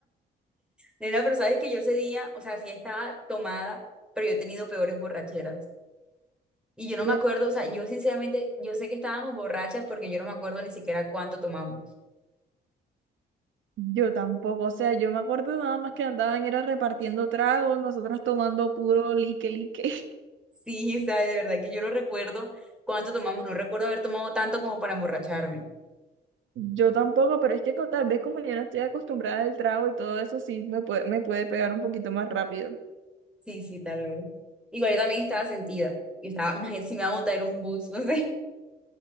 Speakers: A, in the centre; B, on the right.
A: Nena, pero sabes que yo ese día, o sea, sí estaba tomada, pero yo he tenido peores borracheras. Y yo no
B: De-
A: me acuerdo, o sea, yo sinceramente, yo sé que estábamos borrachas porque yo no me acuerdo ni siquiera cuánto tomamos.
B: Yo tampoco, o sea, yo me acuerdo nada más que andaban era repartiendo tragos, nosotras tomando puro lique, lique.
A: Sí, sabe, de verdad que yo no recuerdo cuánto tomamos, no recuerdo haber tomado tanto como para emborracharme.
B: Yo tampoco, pero es que co- tal vez como yo no estoy acostumbrada al trago y todo eso, sí me puede, me puede pegar un poquito más rápido.
A: Sí, sí, tal vez. Igual yo también estaba sentida. Yo estaba, "Maje, si me va a montar un bus, <laughs> no sé.